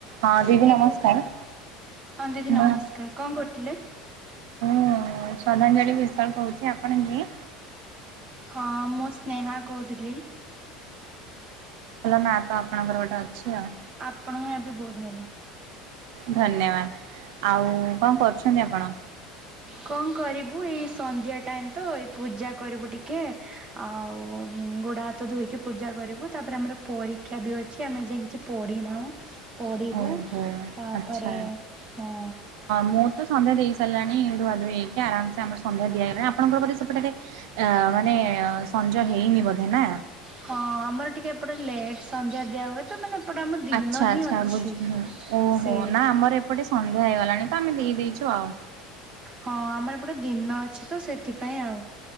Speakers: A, on the right; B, on the right.
A: ହଁ ଦିଦି
B: କିଏ
A: ନମସ୍କାର।
B: କହୁଥିଲେ? ହଁ ଦିଦି
A: ମୁଁ
B: ନମସ୍କାର କଣ କରୁଥିଲେ?
A: ମୁଁ ଶ୍ରଦ୍ଧାଞ୍ଜଳି ବିଶ୍ୱାଳ କହୁଚି ଆପଣ କିଏ?
B: ହଁ ମୁଁ ସ୍ନେହା କହୁଥିଲି।
A: ନା ତ ଆପଣଙ୍କର ଗୋଟେ ଅଛି ଆଉ।
B: ଆପଣଙ୍କ ଏବି ବହୁତ ଭଲ।
A: ଧନ୍ୟବାଦ ଆଉ କଣ କରୁଛନ୍ତି ଆପଣ?
B: କଣ କରିବୁ ଏଇ ସନ୍ଧ୍ୟା ଟାଇମ ତ ଏଇ ପୂଜା କରିବୁ ଟିକେ ଆଉ ଗୋଡା ହାତ ଧୋଇକି ପୂଜା କରିବୁ ତାପରେ ଆମର ପରୀକ୍ଷା ବି ଅଛି ଆମେ ଏଯାଏ କିଛି ପଢିନାହୁଁ। ପିଢିବୁ
A: ଓହୋ
B: ତାପରେ
A: ଆଚ୍ଛା।
B: ହଁ।
A: ମୁଁ ତ ସନ୍ଧ୍ୟା ଦେଇ ସାରିଲାଣି ଧୁଆ ଧୋଇ ହେଇକି ଆରାମସେ ଆମର ସନ୍ଧ୍ୟା ଦିଆ ହେଇଲାଣି ଆପଣଙ୍କର ବୋଧେ ସେପଟେ ଆ ମାନେ ସଞ୍ଜ ହେଇନି ବୋଧେ ନା
B: ହଁ ଆମର ଟିକେ ଏପଟେ ଲେଟ ସନ୍ଧ୍ୟା ଦିଆହୁଏ ତ ମାନେ ଏପଟେ ଆମ ଦିନ
A: ଆଛା
B: ହିଁ
A: ଆଛା
B: ଅଛି।
A: ବୁଝିିନି ଓହୋ
B: ସେଇ
A: ନା ଆମର ଏପଟେ ସନ୍ଧ୍ୟା ହେଇଗଲାଣି ତ ଆମେ ଦେଇଦେଇଚୁ। ଥିବ ଆଉ।
B: ହଁ ଆମର ଏପଟେ ଦିନ ଅଛି ତ ସେଥିପାଇଁ ଆଉ।